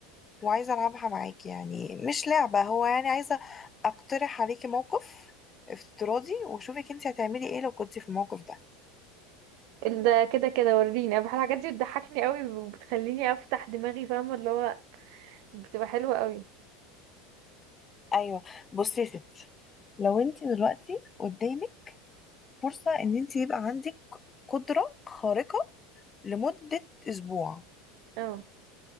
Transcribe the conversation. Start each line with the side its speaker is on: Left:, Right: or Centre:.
Left: وعايزه العبها معاكي يعني مش لعبه هو يعني عايزه اقترح عليكي موقف افتراضي وشوفك انت هتعملي ايه لو كنتي في الموقف ده
Right: ده كده كده وريني انا بحب الحاجات دي بتضحكني قوي وبتخليني افتح دماغي فاهمه اللي هو بتبقى حلوه قوي
Left: ايوه بصي يا ستي لو انت دلوقتي قدامك فرصة ان انت يبقى عندك قدرة خارقة لمدة اسبوع
Right: اه